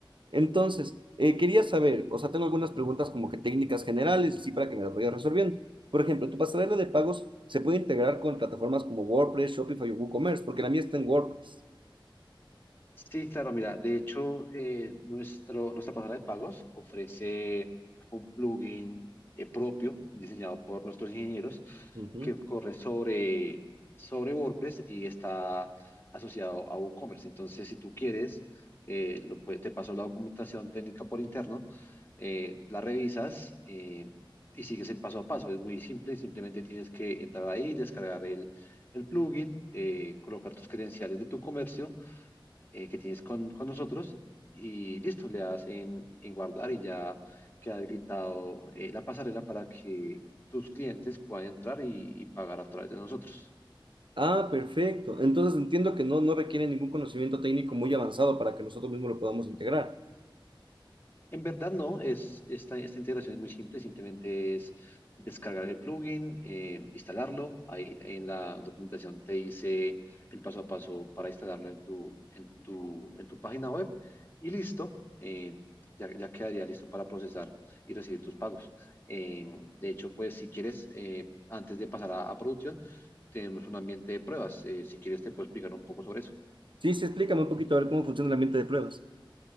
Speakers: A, on the right; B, on the left.
A: Entonces, eh, quería saber, o sea, tengo algunas preguntas como que técnicas generales, así para que me las vayas resolviendo. Por ejemplo, tu pasarela de pagos se puede integrar con plataformas como WordPress, Shopify o WooCommerce, porque la mía está en WordPress.
B: Sí, claro, mira, de hecho, eh, nuestro, nuestra pasarela de pagos ofrece un plugin eh, propio diseñado por nuestros ingenieros
A: Ujú.
B: que corre sobre, sobre WordPress y está asociado a WooCommerce. Entonces, si tú quieres, eh, lo puede- te paso la documentación técnica por interno, eh, la revisas eh, y sigues el paso a paso. Es muy simple, simplemente tienes que entrar ahí, descargar el, el plugin, eh, colocar tus credenciales de tu comercio eh, que tienes con, con nosotros y listo, le das en, en guardar y ya queda habilitado eh, la pasarela para que tus clientes puedan entrar y, y pagar a través de nosotros.
A: Ah, perfecto. Entonces entiendo que no, no requiere ningún conocimiento técnico muy avanzado para que nosotros mismos lo podamos integrar.
B: En verdad no, es, esta, esta integración es muy simple, simplemente es descargar el plugin, eh, instalarlo. Ahí en la documentación te dice el paso a paso para instalarlo en tu, en tu, en tu página web y listo, eh, ya, ya quedaría listo para procesar y recibir tus pagos. Eh, de hecho, pues si quieres, eh, antes de pasar a, a producción, tenemos un ambiente de pruebas. Eh, si quieres, te puedo explicar un poco sobre eso.
A: Sí, sí, explícame un poquito a ver cómo funciona el ambiente de pruebas.